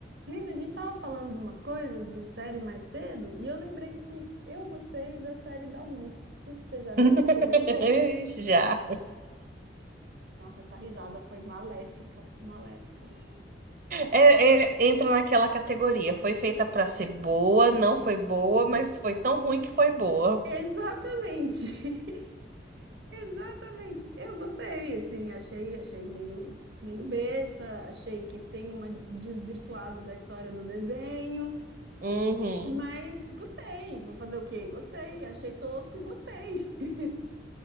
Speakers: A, on the right; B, on the right.
A: Nina, a gente tava falando de umas coisas de série mais cedo e eu lembrei que eu gostei da série da Winx. O que que você já viu?
B: <laughs>
A: Você gostou?
B: Já.
A: Nossa, essa risada foi maléfica, maléfica.
B: É, é, entra naquela categoria. Foi feita pra ser boa, não foi boa, mas foi tão ruim que foi boa.
A: Exatamente. <laughs> Exatamente. Eu gostei, assim, achei, achei meio, meio besta, achei que tem uma desvirtuada da história do desenho,
B: Uhum.
A: mas gostei. Vou fazer o quê? Gostei, achei tosco e gostei. <laughs>